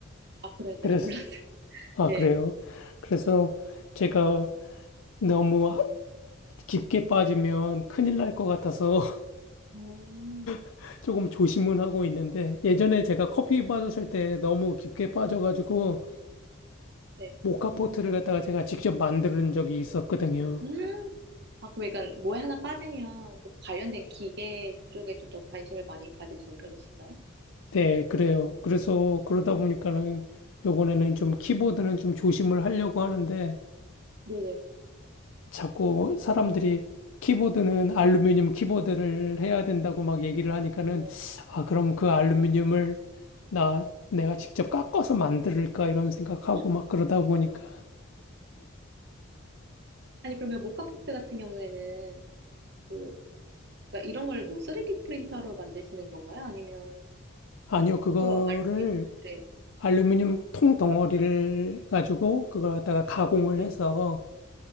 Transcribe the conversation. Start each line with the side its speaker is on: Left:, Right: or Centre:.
Right: 아, 그래.
Left: 그래서,
Right: 아, 저 몰랐어요. <laughs>
Left: 아,
Right: 네.
Left: 그래요. 그래서
Right: 네.
Left: 제가 너무 하- 깊게 빠지면 큰일 날 것 같아서
Right: 음.
Left: <laughs> 조금 조심은 하고 있는데, 예전에 제가 커피 빠졌을 때 너무 깊게 빠져가지고,
Right: 네.
Left: 모카포트를 갖다가 제가 직접 만드는 적이 있었거든요.
Right: 음. 아, 그럼 약간 뭐에 하나 빠지면 그 관련된 기계 쪽에 좀 더 관심을 많이 가지시는 편이신가요?
Left: 네, 그래요. 그래서 그러다
Right: 음.
Left: 보니까는 요번에는 좀 키보드는 좀 조심을 하려고 하는데,
Right: 네네.
Left: 자꾸 사람들이 키보드는 알루미늄 키보드를 해야 된다고 막 얘기를 하니까는
Right: 뭐.
Left: 아, 그럼 그 알루미늄을 나 내가 직접 깎아서 만들까 이런 생각하고
Right: 헉?
Left: 막 그러다 보니까
Right: 아니, 그러면 모카포트 같은 경우에는 뭐, 그러니까 이런 걸 뭐 3D 프린터로 만드시는 건가요? 아니면
Left: 아니요, 그거를
Right: 또 알루미늄? 네,
Left: 알루미늄 통 덩어리를 가지고 그걸 갖다가 가공을
Right: 네,
Left: 해서